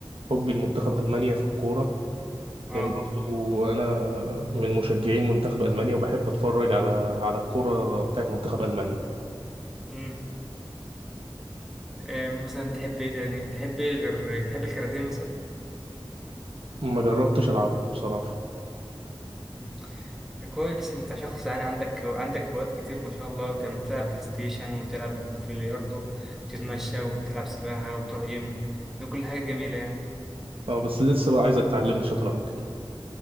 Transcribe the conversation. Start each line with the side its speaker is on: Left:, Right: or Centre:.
Right: حبي لمنتخب المانيا في الكوره
Centre: اه
Right: لان برضو انا من مشجعين منتخب المانيا وبحب اتفرج على على الكرة بتاعت منتخب المانيا
Centre: امم آه، مثلا تحب ايه تاني تحب ايه غير تحب الكاراتيه مثلا
Right: ما جربتش العبها بصراحة
Centre: مم. كويس انت شخص يعني عندك عندك هوايات كتير ما شاء الله بتعمل- بتلعب بلاي ستيشن وتلعب بلياردو وتتمشى وبتلعب سباحة وبتروح جيم ده كل حاجات جميلة يعني
Right: اه بس لسه بقى عايزك تعلمني شطرنج ان